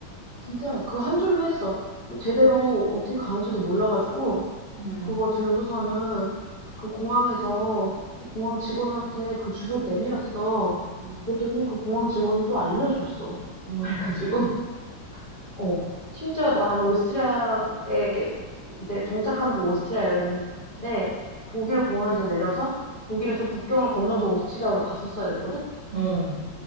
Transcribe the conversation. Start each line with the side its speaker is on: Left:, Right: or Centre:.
Left: 진짜 그 한 줄로 했어. 그 제대로 어떻게 가는지도 몰라가지고
Right: 음,
Left: 그거 들고서는 그 공항에서 그 공항 직원한테 그 주소를 내밀었어.
Right: 어,
Left: 그랬더니 그 공항 직원이 또 알려줬어. <laughs>
Right: 음,
Left: 그래가지고 어, 심지어 나는 오스트리아에 이제 정착한 곳 오스트리아였는데 독일 공항에서 내려서 독일에서 국경을 건너서 오스트리아로 갔었어야 됐거든?
Right: 어.